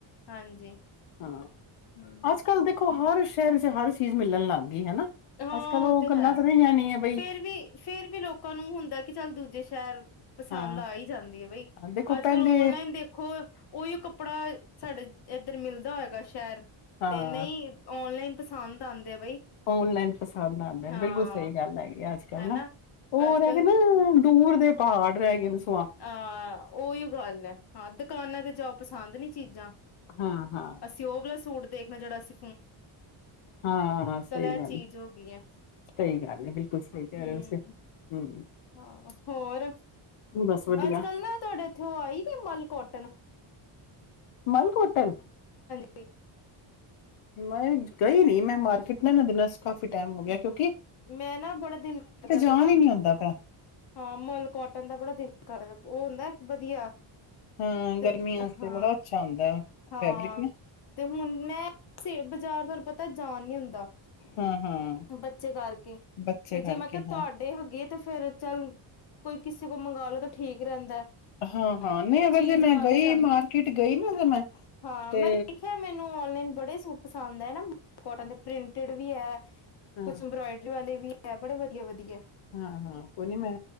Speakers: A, on the left; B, on the left.
A: ਹਾਂਜੀ ਹ
B: ਹਾਂ ਅੱਜ ਕੱਲ੍ਹ ਦੇਖੋ ਹਰ ਸ਼ਹਿਰ ਚ ਹਰ ਚੀਜ਼ ਮਿਲਣ ਲੱਗ ਗਈ ਹਨਾ।
A: ਹਾਂ
B: ਅੱਜ ਕੱਲ੍ਹ
A: ਉਹ ਤੇ
B: ਗੱਲਾਂ
A: ਹੈ
B: ਤਾਂ ਰਹੀਆਂ ਨੀ ਹੈ ਬਈ
A: ਫੇਰ ਵੀ ਫੇਰ ਵੀ ਲੋਕਾਂ ਨੂੰ ਹੁੰਦਾ ਕਿ ਚੱਲ ਦੂਜੇ ਸ਼ਹਿਰ ਪਸੰਦ
B: ਹਾਂ
A: ਆ ਹੀ ਜਾਂਦੀ ਹੈ ਬ
B: ਦੇਖੋ
A: ਅੱਜ
B: ਪਹਿਲੇ
A: ਕੱਲ ਔਨਲਾਈਨ ਦੇਖੋ ਉਹੀ ਕੱ ਕੱਪੜਾ ਸਾਡੇ ਇੱਧਰ ਮਿਲਦਾ ਹੋਏਗਾ ਸ਼ਹਿਰ
B: ਹਾਂ
A: ਤੇ ਨਹੀਂ ਔਨਲਾਈਨ ਪਸੰਦ ਆਉਂਦੇ ਆ ਬਈ
B: ਔਨਲਾਈਨ ਪਸੰਦ ਆਉਂਦਾ
A: ਹਾਂ
B: ਬਿਲਕੁਲ ਸਹੀ ਗੱਲ ਹੈਗੀ ਆ ਅੱਜੱਲ
A: ਹਨਾ
B: ਉਹ
A: ਅੱਜ
B: ਰ
A: ਕੱਲ
B: ਕੇ ਨਾ ਦੂਰ ਦੇ ਪਹਾੜ ਰੇਗ ਯੂਜ਼
A: ਹਾਂ ਉਹੀ ਗੱਲ ਹੈ ਹਾਂ ਦੁਕਾਨਾਂ ਤੇ ਜਾਓ ਪਸੰਦ ਨੀ ਚੀਜ਼ਾਂ
B: ਹਾਂ ਹਾਂ।
A: ਅਸੀਂ ਉਹ ਵਾਲਅ ਸੂਟ ਦੇਖਣਾ ਜਿੜਾ ਅਸੀ
B: ਹਾਂ ਸਹੀ
A: ਇਹ
B: ਗੱਲ
A: ਚੀਜ਼ ਹੋ ਗਈ ਹੈ
B: ਸਹੀ ਗੱਲ ਹੈ ਬਿਲਕੁਲ ਸਹੀ ਕਹਿ
A: ਹਮ
B: ਰਹੇ ਹੋ ਤੁਸੀ ਹਮ
A: ਹਾਂ ਹੋਰ ਅੱਜ
B: ਬਸ ਵਧੀਆ
A: ਕੱਲ੍ਹ ਨਾ ਤੁਹਾਡੇ ਇੱਥੇ ਉਹ ਆਈ ਨ ਮਲ ਕੋਟਨ ਵ
B: ਮਲਕੋਟਨ
A: ਠੀ
B: ਮੈਂ ਗਈ ਨੀ ਮੈਂ ਮਾਰਕੀਟ ਮੈ ਇਨਾ ਦਿਨਾਂ ਚ ਕਾਫ਼ੀ ਟਾਈਮ ਹੋ ਗਿਆ ਕਿਉਂਕ
A: ਮੈਂ ਨਾ ਬੜਾ ਦਿਲ ਕਰਦਾ ਪਿਆ
B: ਜਾਣ
A: ਨਾ
B: ਹੀ ਨੀ ਹੁੰਦਾ ਪਿਆ।
A: ਹਾਂ ਮਲਕੋਟਨ ਦਾ ਬੜਾ ਦਿਲ ਕਰਦਾ ਉਹ ਹੁੰਦਾ, ਵਧੀਆ,
B: ਹਾਂ,
A: ਤੇ
B: ਗਰਮੀ ਆਸਤੇ
A: ਹਾਂ-ਹਾਂ
B: ਬੜਾ ਅੱਛਾ ਹੁੰਦਾ ਫੈਬਰਿਕ ਨਾ
A: ਤੇ ਹੁਣ ਮੈਂ, ਬਾਜ਼ਾਰ ਤੁਹਾਨੂੰ ਪਤਾ ਜਾਨ ਨੀ ਹੁੰ ਦਾ,
B: ਹਾਂ-ਹਾਂ,
A: ਬੱਚੇ ਕਰਕੇ
B: ਬੱਚੇ
A: ਤੇ ਜੇ
B: ਕਰਕੇ
A: ਮੈਂ ਕਿਹਾ ਤੁਹਾਡੇ
B: ਹਾਂ।
A: ਹੈਗੇ ਤੇ ਫੇਰ, ਚੱਲ ਕੋਈ ਕਿਸੇ ਕੋਲ ਮੰਗਾਲੋ ਤਾਂ ਠੀਕ ਰਹਿੰਦਾ।
B: ਹਾਂ-ਹਾਂ, ਨਹੀਂ ਅਗਰ
A: ਚੀਜ਼
B: ਜੇ ਮੈਂ
A: ਆ
B: ਗਈ
A: ਵੀ ਜਾਂਦੀ
B: ਮਾਰਕੀਟ ਗਈ ਨਾ ਫੇਰ ਮੈਂ
A: ਹਾਂ
B: ਤੇ
A: ਮੈਂ ਦੇਖਿਆ ਮੈਨੂੰ ਔਨਲਾਈਨ ਬੜੇ ਸੂਟ ਪਸੰਦ ਆ ਨਾ ਕੋਟਨ ਦੇ ਪ੍ਰਿੰਟਡ ਵੀ ਹੈ। ਕੁਛ
B: ਹਾਂ,
A: ਐਮਬੋਇਡਰੀ ਵਾਲੇ, ਵੀ ਬੜੇ ਵਧੀਆ-ਵਧੀਆ,
B: ਹਾਂ-ਹਾਂ, ਕੋਈ ਨੀ ਮੈਂ